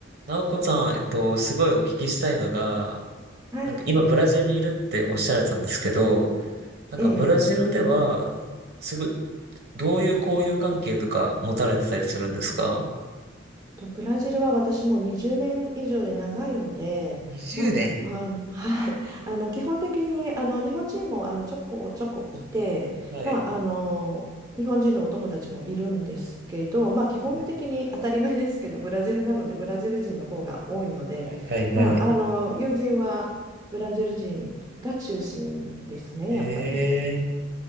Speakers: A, on the right; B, on the right.
A: なおこさん、えっと、すごいお聞きしたいのが、
B: はい。
A: なんか今ブラジルにいるっておっしゃられてたんですけど、なんかブラジルでは、
B: ええ
A: すぐ、どういう交友関係とか持たれてたりするんですか
B: と、ブラジルは私もう20年以上で長いので、
A: 20年。
B: まあ、あはい。<laughs> あの、基本的に、あの、日本人も、あの、ちょこちょこいて、
A: はい。
B: まあ、あの、日本人のお友達もいるんですけど、まあ、基本的に当たり前ですけど、
A: はい。
B: ブラジルなので、ブラジル人の方が多いので、
A: はい。はい。はい
B: まあ、あの、友人はブラジル人が中心ですね、
A: ええ、
B: やっぱり。